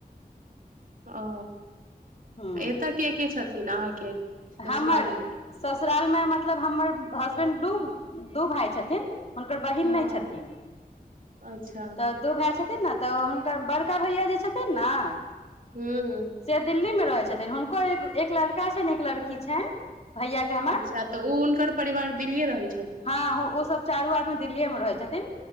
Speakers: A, on the right; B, on the left.
A: ओ
B: हूँ
A: एतऽ के के छथिन अहाँके ससुराल
B: हमर
A: मे
B: ससुरालमे मतलब हमर हसबेंड दू दू भाय छथिन हुनकर बहिन
A: हँ
B: नहि छथिन
A: अच्छा
B: तऽ दू भाय छथिन ने तऽ हुनकर बड़ का भैया जे छथिन नेऽ
A: <unintelligible>
B: से दिल्ली मे रहै छथिन हुनको एक एक लड़का छनि एक लड़की छनि भैया के हमर
A: अच्छा तऽ ओ हुनकर परिवार दिल्लीए रहै छथिन
B: आहो ओ सब चारू आदमी दिल्लए मे रहै छथिन